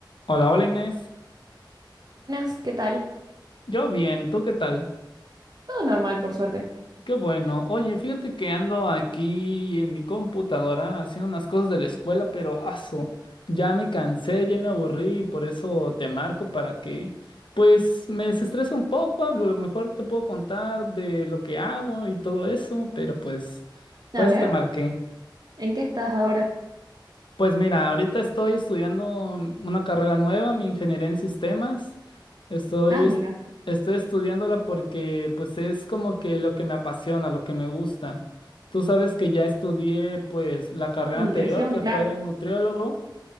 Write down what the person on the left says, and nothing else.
Hola, hola Inés.
Yo bien, ¿tú qué tal?
Qué bueno. Oye, fíjate que ando aquí en mi computadora haciendo unas cosas de la escuela, pero aso, ya me cansé, ya me aburrí, por eso te marco para que, pues, me desestrese un poco, a lo mejor te puedo contar de lo que hago y todo eso, pero pues, por
eso
te marqué.
Pues mira, ahorita estoy estudiando una carrera nueva, mi ingeniería en sistemas. Estoy,
es- estoy estudiándola porque pues es como que lo que me apasiona, lo que me gusta. Tú sabes que ya estudié pues la carrera
anterior que
fue nutriólogo.